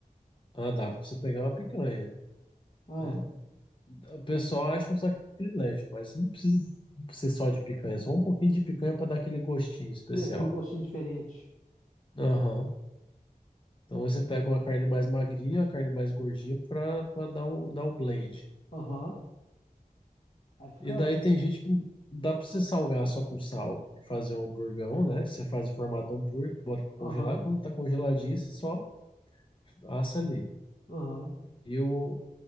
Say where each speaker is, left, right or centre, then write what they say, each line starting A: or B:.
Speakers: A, on the left; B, on the left.
A: Ah, dá pra você pegar uma picanha.
B: Ah,
A: É, o pessoal acha um sacrilégio, mas você não precisa ser só de picanha, só um pouquinho de picanha pra dar aquele gostinho especial.
B: tem aquele gostinho diferente.
A: Aham. Então você pega uma carne mais magrinha, uma carne mais gordinha pra pra dar o, dar o blend.
B: Aham. Aí fica.
A: E daí tem gente que dá pra você salgar só com sal e fazer um hamburgão, né? Você faz o formato do hambúrguer, bota pra congelar.
B: Aham.
A: Quando tá congeladinho, você só assa ali.
B: Aham.
A: E, o